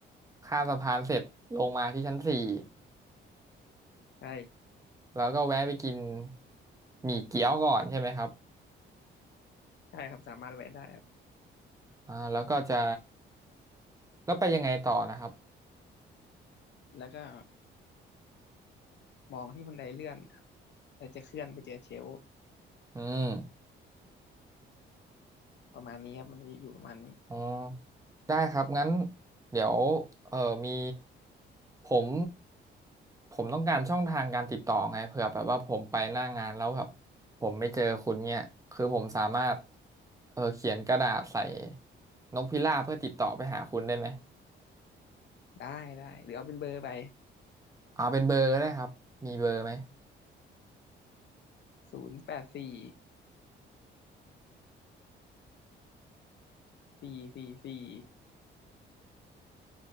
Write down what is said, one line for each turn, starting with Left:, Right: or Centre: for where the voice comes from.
Right: ข้ามสะพานเสร็จลงมาที่ชั้นสี่
Left: ใช่
Right: แล้วก็แวะไปกินหมี่เกี๊ยวก่อนใช่ไหมครับ
Left: ใช่ครับสามารถแวะได้ครับ
Right: อ่าแล้วก็จะ แล้วไปยังไงต่อนะครับ
Left: แล้วก็มองที่บันไดเลื่อนครับแล้วจะเคลื่อนไปเจอเชลฟ์
Right: อืม
Left: ประมาณนี้ครับมันจะอยู่ประมาณนี้
Right: อ๋อได้ครับงั้นเดี๋ยวเออมีผมผมต้องการช่องทางการติดต่อไงเผื่อแบบว่าผมไปหน้างานแล้วแบบผมไม่เจอคุณเนี่ยคือผมสามารถเออเขียนกระดาษใส่นกพิราบเพื่อติดต่อไปหาคุณได้ไหม
Left: ได้ได้ หรือเอาเป็นเบอร์ไป
Right: เอาเป็นเบอร์ก็ได้ครับมีเบอร์ไหม
Left: ศูนย์แปดสี่สี่สี่สี่